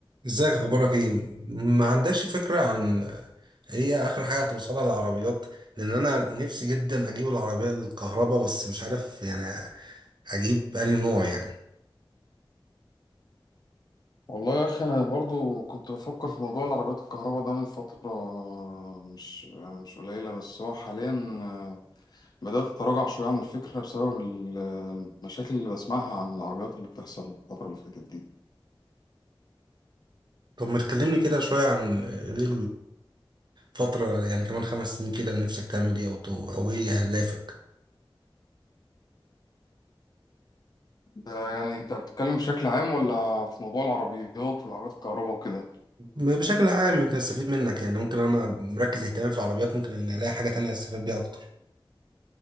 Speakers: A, on the right; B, on the left.
A: ازيك اخبارك ايه ما عندكش فكره عن هي اخر حاجه هتوصلها للعربيات لان انا نفسي جدا اجيب العربيه الكهرباء بس مش عارف يعني اجيب انهي نوع يعني
B: والله يا اخي انا برضو كنت بفكر في موضوع العربيات الكهرباء ده من فتره مش يعني مش قليله بس هو حاليا آه، بدات اتراجع شويه عن الفكره بسبب ال- المشاكل اللي بسمعها عن العربيات اللي بتحصل الفتره اللي فاتت دي
A: طب ما تكلمني كده شويه عن ايه الفتره يعني كمان خمس سنين كده نفسك تعمل ايه او او ايه اهدافك
B: آه، يعني انت بتتكلم بشكل عام ولا في موضوع العربيات والعربيات الكهرباء وكده
A: بشكل عام يمكن استفيد منك يعني ممكن انا مركز اهتمامي في العربيات ممكن اني الاقي حاجه تانية استفاد بيها اكتر